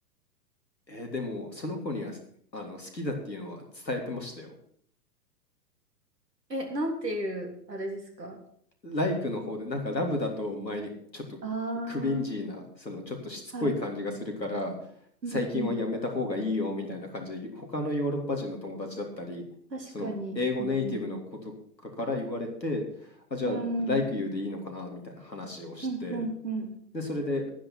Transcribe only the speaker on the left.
えーでも、その子には、あの、好きだっていうのは伝えてましたよ。
ライクの方で、なんかラブだと前にちょっとクリンジーな、
そのちょっとしつこい感じがするから、
最近はやめた方がいいよみたいな感じで、他のヨーロッパ人の友達だったり、
その英語ネイティブの子とかから言われて、
あ、じゃあ、
like
you でいいのかなみたいな話をして、
で、それで、